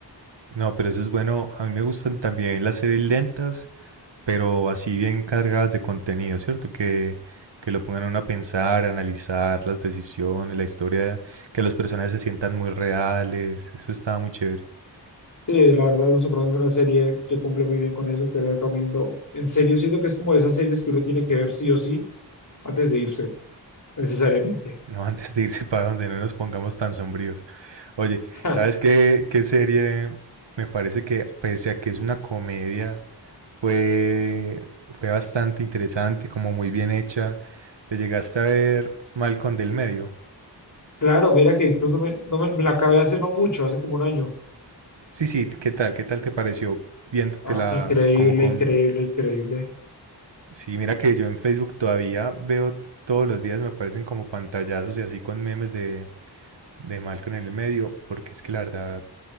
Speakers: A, on the right (about 85°); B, on the left (about 45°).
A: No, pero eso es bueno. A mí me gustan también las series lentas. pero así bien cargadas de contenido, ¿cierto? Que, que lo pongan a uno a pensar, a analizar las decisiones, la historia, que los personajes se sientan muy reales. Eso estaba muy chévere. <laughs>
B: Sí, la verdad, Los Sopranos es una serie que cumple muy bien con eso, te la recomiendo. En serio, siento que es como de esas series que uno tiene que ver sí o sí antes de irse, necesariamente.
A: No, antes de irse para donde no nos pongamos tan sombríos. Oye,
B: <laughs>
A: ¿sabes qué, qué serie? Me parece que, pese a que es una comedia, fue, fue bastante interesante, como muy bien hecha. ¿Te llegaste a ver Malcolm del Medio?
B: Claro, mira que incluso me, no me, me la acabé hace no mucho, hace como un año.
A: Sí, sí, ¿qué tal? ¿Qué tal te pareció viéndotela
B: Ah, increíble,
A: como con
B: increíble, increíble.
A: Sí, mira que yo en Facebook todavía veo todos los días, me aparecen como pantallazos y así con memes de, de Malcolm en el medio, porque es que la verdad,